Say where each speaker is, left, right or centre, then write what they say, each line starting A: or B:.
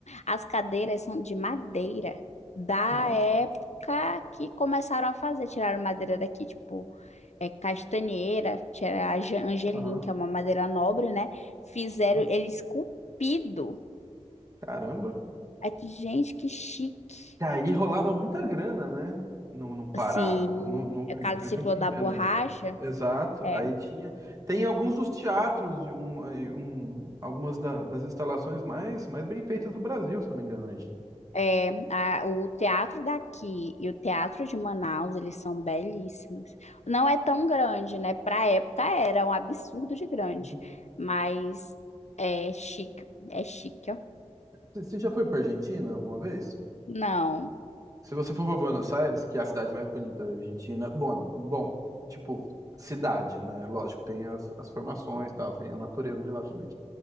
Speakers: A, on the left; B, on the right.
A: As cadeiras são de madeira da
B: Nossa.
A: época que começaram a fazer, tiraram madeira daqui, tipo, é, castanheira, tiraram a Angelim,
B: Aham.
A: que é uma madeira nobre, né? Fizeram
B: aham.
A: ele esculpido
B: Caramba.
A: Aí tu, gente, que chique.
B: Que aí rolava muita grana, né? No, no Pará,
A: Assim,
B: no, no,
A: a Casa
B: principalmente
A: do Ciclo
B: em
A: da
B: Belém.
A: Borracha,
B: Exato.
A: é,
B: Aí tinha. Tem alguns dos teatros, de um, aí um- algumas da- das instalações mais, mais bem feitas do Brasil, se não me engano. aí.
A: é a- o teatro daqui e o teatro de Manaus, eles são belíssimos. Não é tão grande, né? Para época era um absurdo de grande,
B: Hum.
A: mas é chique, é chique, ó.
B: Você você já foi para Argentina alguma vez?
A: Não,
B: Se você for para Buenos Aires, que é a cidade mais bonita da Argentina, bom, bom, tipo, cidade, né? Lógico, tem as, as formações, e tal, tem a natureza de lá também.